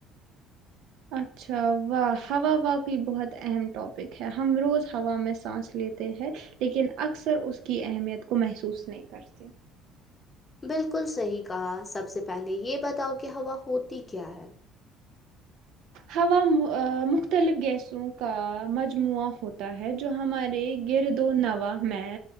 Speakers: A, on the right; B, on the left.
A: اچھا واہ ہا واہ بھی بہت اہم ٹاپک ہے ہم روز ہوا میں سانس لیتے ہیں لیکن اکثر اس کی اہمیت کو محسوس نہیں کرتے
B: بالکل صحیح کہا سب سے پہلے یہ بتاؤ کہ ہوا ہوتی کیا ہے
A: ہوا ا مختلف گیسوں کا مجموعہ ہوتا ہے ہے جو ہمارے گر دو نوا میں